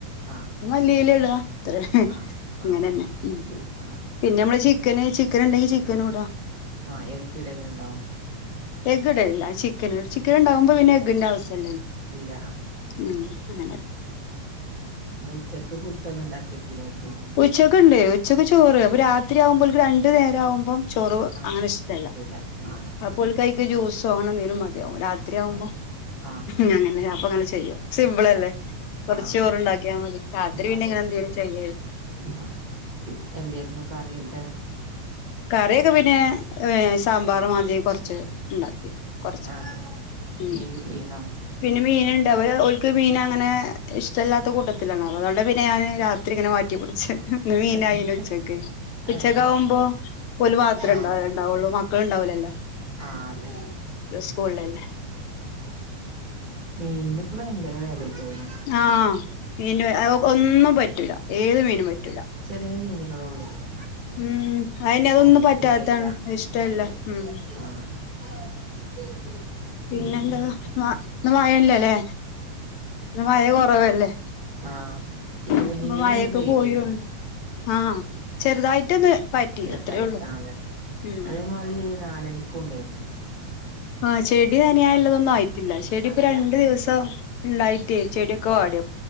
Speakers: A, on the right (about 20°); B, on the left (about 70°).
A: ആഹ്
B: മല്ലിയില ഇടാ അത്ര
A: ആഹ്
B: അങ്ങനെതന്നെ
A: ആഹ്
B: ഉം
A: ആഹ്
B: പിന്നെ നമ്മടെ ചിക്കന് ചിക്കൻ ഇണ്ടെങ്കി ചിക്കനൂടാ.
A: ആഹ് എഗ് ഇടലുണ്ടോ
B: എഗ് ഇടലില്ല ചിക്കന് ചിക്കന് ഇണ്ടാവുമ്പോ പിന്നെ എഗിന്റെ ആവസ്യ
A: ഇല്ല
B: ഉം അങ്ങനെ
A: ഇന്നുച്ചക്ക് ഫുഡോന്നും ഉണ്ടാക്കിട്ടില്ലേയിരുന്നോ?
B: ഉച്ചക്ക് ഇണ്ട്. ഉച്ചക്ക് ചോറ് അപ്പൊ രാത്രിയാവുമ്പോൾക്ക് രണ്ട് നേരം ആവുമ്പോ ചോറു
A: ആഹ്
B: അങ്ങനെ ഇഷ്ടല്ല.
A: പറ്റൂല
B: <unintelligible>
A: ആഹ്
B: പുൽ കൈക്ക് ജ്യൂസോ അങ്ങനെ എന്തെങ്കിലും മതിയാവു. രാത്രിയാവുമ്പോ
A: ആഹ് ആഹ്
B: ഹും അങ്ങനെ അപ്പ അങ്ങനെ ചെയ്യും. സിമ്പിളല്ലേ
A: ആഹ്
B: കുറച്
A: ആഹ്
B: ചോറുണ്ടാക്കിയാ മതി. രാത്രി പിന്നെ
A: അതെ
B: ഇങ്ങനെ എന്തെങ്കിലും ചെയ്യരുന്നു.
A: ആഹ് എന്തേയിരുന്നു കറിയൊക്കെ?
B: കറിയൊക്കെ പിന്നെ വേ സാമ്പാറും മതിം കുറച്ച് ഉണ്ടാക്കി. കുറച്ച്
A: ആഹ്
B: ഉം
A: മീൻ കിട്ടീര്ന്നോ?
B: പിന്നെ മീൻണ്ട് അവര് ഓൾക്ക് മീൻ അങ്ങനെ ഇഷ്ടല്ലാത്ത കൂട്ടത്തിലാണ്. അപ്പ അതോണ്ട് പിന്നെ ഞാന് രാ ഇത്രങ്ങനെ മാറ്റിപുടിച്ച് ഇന്ന് മീനായിന്
A: തന്നെ
B: ഉച്ചക്ക്.
A: ഏഹ്
B: ഉച്ചക്ക് ആവുമ്പോ ഓല് മാത്രേണ്ടാവൂ
A: ആഹ്
B: ഇണ്ടാവുള്ളു മക്കള് ഇണ്ടാവൂലല്ലോ
A: ആഹ് അതെ
B: സ്കൂൾലല്ലേ
A: മീൻന് ഇപ്പ ഭയങ്കര വെലയ്ക്കയ്ന്.
B: ആഹ് മീൻന് വെല ഒന്നും പറ്റൂല ഏത് മീനും പറ്റൂല.
A: ചെറിയ മീനുകളൊള്ളൂ ഇപ്പൊ.
B: ഉം അയനെ അതൊന്നും
A: മത്തി
B: പറ്റാത്തതാണ്
A: അയില
B: ഇഷ്ടല്ല
A: അതെ
B: ഉം
A: ആഹ് <unintelligible> പിന്നെന്തൊക്കെ
B: പിന്നെന്താ മ ഇന്ന് മഴല്ലല്ലേ ഇന്ന് മഴ കൊറവല്ലേ
A: ആഹ് ഈവനിങ്ങില്
B: അപ്പൊ മഴയൊക്കെ
A: ഒന്ന് പെയ്തേനു.
B: പോയോണ് ആഹ് ചെറുതായിട്ടൊന്ന് പാറ്റി
A: ചെറുതായിട്ട്
B: അത്രേ ഉള്ളൂ
A: ആഹ് അതെ.
B: ഉം
A: അതേമാതിരി നാലണിക്കൂണ്ടായിരുന്നു.
B: ആഹ് ചെടി നനയാൻലതൊന്നും ആയിട്ടില്ല. ചെടി
A: ആഹ്
B: ഇപ്പൊ
A: ഇല്ല
B: രണ്ടു ദിവസം ഉണ്ടായിട്ടേ ചെടിയൊക്കെ വാടിയ